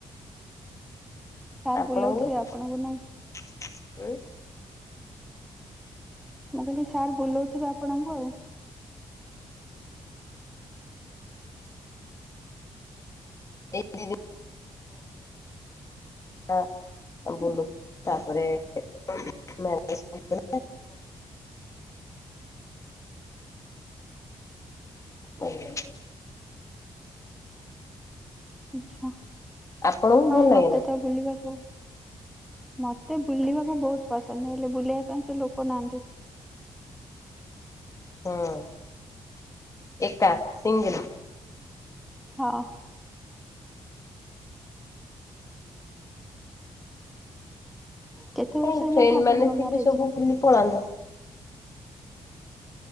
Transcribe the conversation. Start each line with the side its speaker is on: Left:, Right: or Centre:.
Centre: ସାର୍
Left: ଆପଣଙ୍କୁ?
Centre: ବୁଲଉଥିବେ ଆପଣଙ୍କୁ ନାଇଁ?
Left: <inaudible>
Centre: ମୁଁ କହିଲି ସାର୍ ବୁଲଉଥିବେ ଆପଣଙ୍କୁ ଆଉ?
Left: <inaudible> ତା ବୁଲୁ ତାପରେ ମ୍ୟାରେଜ୍ <unintelligible> <inaudible>
Centre: ଆଚ୍ଛା
Left: ଆପଣଙ୍କୁ ଭଲ
Centre: ହଁ ମତେ
Left: ଲାଗେ ନା?
Centre: ତ ବୁଲିବାକୁ ମତେ ବୁଲିବାକୁ ବହୁତ ପସନ୍ଦ ହେଲେ ବୁଲିବା ପାଇଁ କି ଲୋକ ନାହାନ୍ତି।
Left: ହଁ ଏକା ସିଙ୍ଗିଲ?
Centre: ହଁ କେତେ
Left: ସେଇ
Centre: ବର୍ଷ ହେଲାଣି
Left: ଫ୍ରେଣ୍ଡ
Centre: ଆପଣଙ୍କ
Left: ମାନେ ସେ
Centre: ମ୍ୟାରେଜ?
Left: ବି ସବୁ ବୁଲି ପଳାନ୍ତୁ।